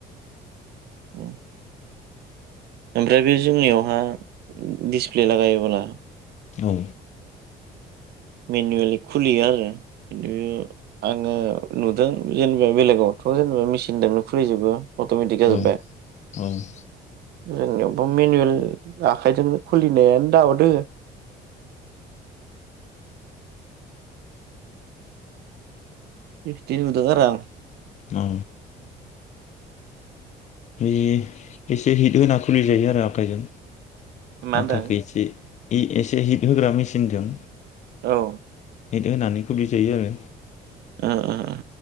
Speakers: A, on the right (about 70°); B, on the left (about 45°).
A: उम ओमफ्राय बे जोंनियावहा दिसप्ले लागायोब्ला
B: औ
A: मेनुवेलि खुलियो आरो बेदि आङो नुदों जेनेबा बेलेगावथ जोंङो मेसिनजोंनो खुलिजोबो। अत'मिटिख जाजोबबाय।
B: औ औ
A: जोंनियावबो मेनुयेल आखाइजोंनो खुलिनायानो दाबो दोंङो। <unintelligible> नुदों आरो आं
B: औ बैयो एसे हिट होना खुलि जायो आरो आखाइजों।
A: मा होनदों
B: आथाखौ एसे इ एसे हिट होग्रा मेसिनजों
A: औ
B: हेट होनानै खुलै जायो आरो।
A: ओ